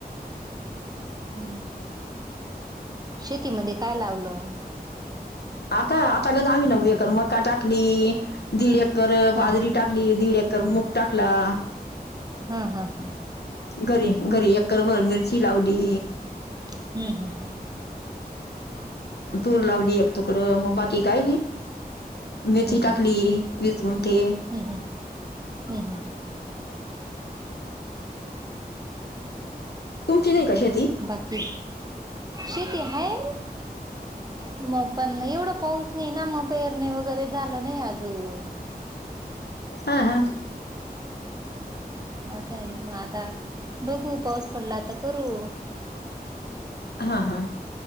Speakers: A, on the right; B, on the left.
A: म शेतीमध्ये काय लावलं?
B: आता आता गण आमी नऊू एकर मका टाकली दीड एकर अ
A: ह
B: बाजरी
A: ह
B: टाकली, दीड एकर मूग टाकला.
A: हां हां हां.
B: घरी घरी एकरभर मिरची लावली.
A: हम्म हम्म हं.
B: तूर लावली एक तुकडं मग बाकी काय नाई मेथी
A: हम्म
B: टाकली. वीस गुंठे.
A: हम्म हम्म हम्म हम्म.
B: तुमची नाई का शेती?
A: बाकी? शेती हाय. म पण एवढं पाऊस नाही ना मग, पेरणे वगैरे झालं नाही आजून.
B: हां हां.
A: असंय म आता बघू पाऊस पडला तर करूं.
B: हां हां.